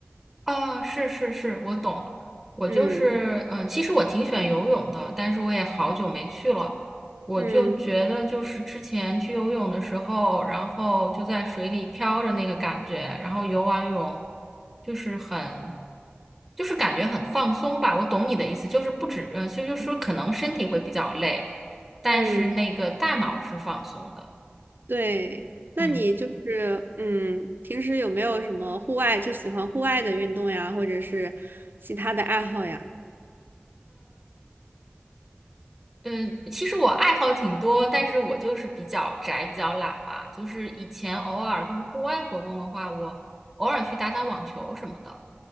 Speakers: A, in the centre; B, on the right.
A: 啊，是是是，我懂。我就是，
B: 嗯
A: 嗯，其实我挺喜欢游泳的，但是我也好久没去了。我就觉得，
B: 嗯
A: 就是之前去游泳的时候，然后就在水里飘着那个感觉，然后游完泳就是很，就是感觉很放松吧。我懂你的意思，就是不止，呃，就就是说可能身体会比较累，但是那个大脑是放松的。
B: 嗯。对，那你就是嗯，
A: 嗯。
B: 平时有没有什么户外就喜欢户外的运动呀，或者是其他的爱好呀？
A: 嗯，其实我爱好挺多，但是我就是比较宅，比较懒吧。就是以前偶尔就是户外活动的话，我偶尔去打打网球什么的。